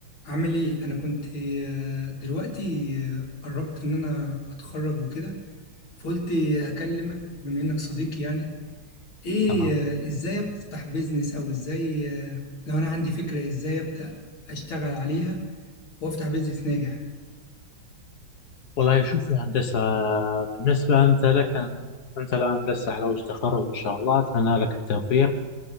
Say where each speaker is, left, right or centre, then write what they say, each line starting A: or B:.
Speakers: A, on the left; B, on the left.
A: عامل ايه انا كنت آه، دلوقتي آه، قربت ان انا اتخرج وكده فقلت اكلمك بما انك صديقي يعني ايه
B: تمام
A: آه، ازاي افتح بيزنس او ازاي آه، لو انا عندي فكرة ازاي ابدأ اشتغل عليها وافتح بيزنس ناجح
B: والله شوف يا هندسة بالنسبة أنت لك أن أنت الآن لسه على وجه تخرج إن شاء الله أتمنى لك التوفيق